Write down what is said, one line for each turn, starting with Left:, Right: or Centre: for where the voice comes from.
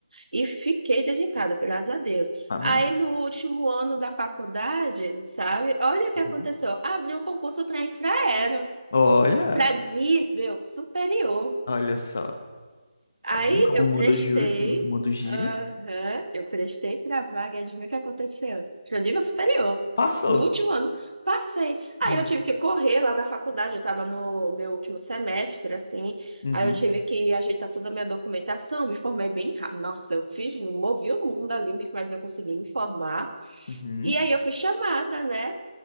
Right: e fiquei dedicada, graças a Deus.
Left: Amém?
Right: Aí no último ano da faculdade, sabe, olha o que aconteceu:
Left: Uhum.
Right: abriu um concurso para Infraero,
Left: Olha,
Right: para nível superior.
Left: olha só.
Right: Aí
Left: Tá vendo como
Right: eu
Left: o mundo,
Right: prestei,
Left: ju- o mundo gira?
Right: aham, eu prestei pra vaga, e adivinha o que aconteceu? Pro nível superior.
Left: Passou.
Right: No último ano, passei. Aí
Left: Hum,
Right: eu tive que correr lá na faculdade, eu estava no meu último semestre, assim.
Left: Uhum,
Right: Aí eu tive que ajeitar toda a minha documentação, me formei bem rápido. Nossa, eu fiz, movi o mundo ali, mas eu consegui me formar.
Left: uhum,
Right: E aí eu fui chamada, né?